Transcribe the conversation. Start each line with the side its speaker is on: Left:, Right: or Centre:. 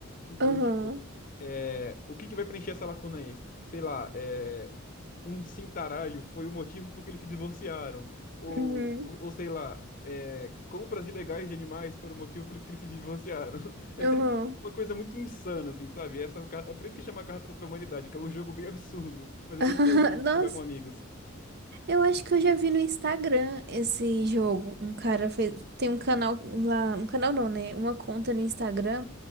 Left: Então,
Right: Aham,
Left: tipo, é, o que que vai preencher essa lacuna aí? Sei lá, é, um cintaralho foi o motivo por que eles se divorciaram. Ou,
Right: uhum,
Left: ou sei lá, é, compras ilegais de animais foram o motivo por isso que eles se divorciaram. <laughs> É sempre
Right: aham.
Left: uma coisa muito insana, assim, sabe? Essa, ca- é por isso que chama Cartas contra a Humanidade, que é um jogo bem absurdo, mas é
Right: <laughs>
Left: bem divertido
Right: Nossa.
Left: jogar com amigos.
Right: Eu acho que eu já vi no Instagram esse jogo. Um cara fez. Tem um canal lá. Um canal não, né? Uma conta no Instagram